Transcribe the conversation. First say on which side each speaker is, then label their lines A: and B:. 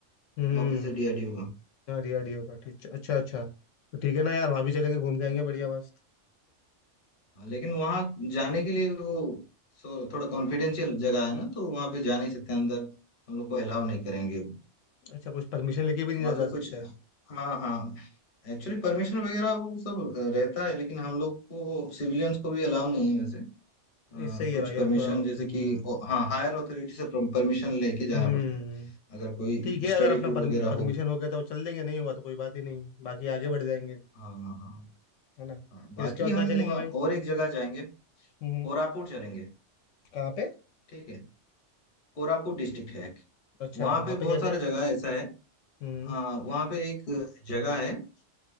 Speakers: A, on the left; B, on the left.
A: ना
B: हम्म
A: ऑफिस है डीआरडीओ का
B: हाँ डीआरडीओ का ठीक अच्छा अच्छा तो ठीक है ना यार वहाँ भी चलेंगे घूम के आएंगे बढ़िया मस्त
A: हाँ, लेकिन वहाँ जाने के लिए वो सो थोड़ा कॉन्फिडेंशियल जगह है ना तो वहाँ पे जा नहीं सकते अंदर हम लोग को अलाउ नहीं करेंगे
B: अच्छा कुछ परमिशन लेके भी नहीं
A: वहाँ
B: जा, जा
A: पे
B: सकते
A: कुछ हाँ हाँ एक्चुअली परमिशन वगैरह वो सब रहता है लेकिन हम लोग को सिविलियंस को भी अलाउ नहीं है वैसे अ,
B: नहीं सही
A: कुछ
B: है भाई
A: परमिशन
B: अब थोड़ा हम्म
A: जैसे कि ओ, हाँ हायर अथॉरिटी से परमिशन लेके जाना
B: हम्म
A: पड़ता है अगर कोई
B: ठीक है अगर
A: स्टडी
B: अपना
A: टूर वगैरह
B: परमिशन
A: हो
B: हो गया तो चल देंगे नहीं हुआ तो कोई बात ही नहीं बाकी आगे बढ़ जाएंगे
A: हाँ हाँ हाँ
B: है ना
A: हाँ। बाकी
B: फिर इसके बाद
A: हम
B: कहाँ चलेंगे
A: अ,
B: भाई
A: और एक जगह जाएंगे
B: हम्म
A: कोरापुट चलेंगे
B: कहाँ पे
A: ठीक है कोरापुट डिस्ट्रिक्ट है एक
B: अच्छा
A: वहाँ
B: वहाँ
A: पे
B: पे
A: बहुत
B: क्या क्या
A: सारा
B: है
A: जगह ऐसा है
B: हम्म
A: आ, वहाँ पे एक जगह है अ,